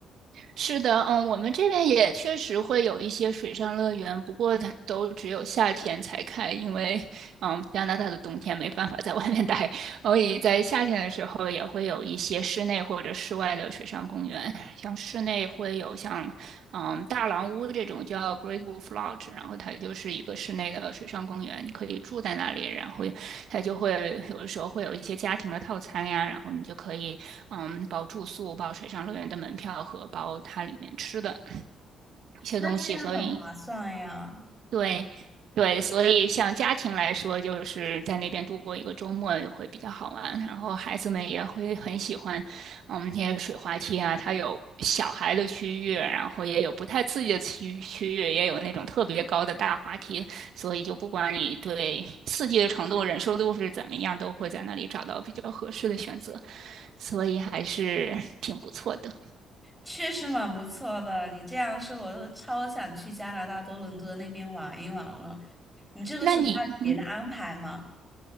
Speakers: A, on the right; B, in the centre.
A: 是的，嗯，我们这边也确实会有一些水上乐园，不过它都只有夏天才开，因为嗯，加拿大的冬天没办法在外面待，所以在夏天的时候也会有一些室内或者室外的水上公园。像室内会有像嗯，大狼屋这种叫 Great Wolf Lodge，然后它就是一个室内的水上公园，你可以住在那里，然后它就会有的时候会有一些家庭的套餐呀，然后你就可以嗯包住宿、包水上乐园的门票和包它里面吃的一些东西，
B: 那这样很划算呀。
A: 所以对，对，所以像家庭来说，就是在那边度过一个周末也会比较好玩，然后孩子们也会很喜欢，我们那些水滑梯啊，它有小孩的区域，然后也有不太刺激的区区域，也有那种特别高的大滑梯，所以就不管你对刺激的程度、忍受度是怎么样，都会在那里找到比较合适的选择，所以还是挺不错的。
B: 确实蛮不错的。你这样说，我都超想去加拿大多伦多那边玩一玩了。你这个暑假有别的安排吗？
A: 那你，嗯，